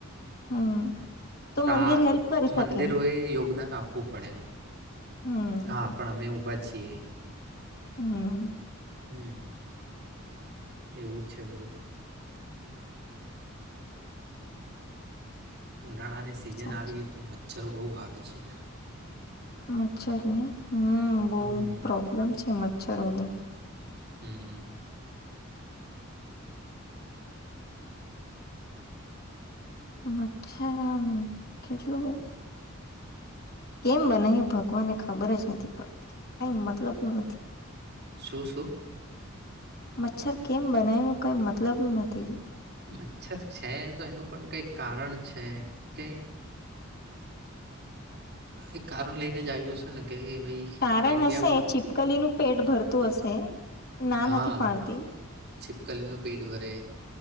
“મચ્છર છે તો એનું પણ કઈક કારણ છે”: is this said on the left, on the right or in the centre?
Right